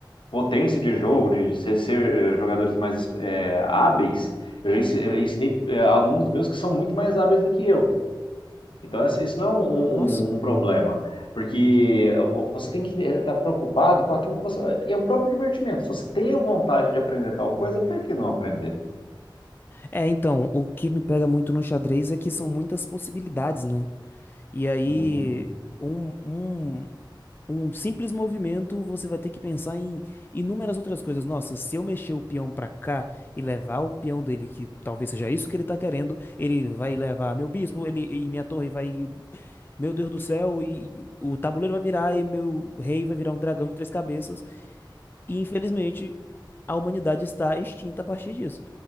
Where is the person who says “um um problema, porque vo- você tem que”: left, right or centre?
Left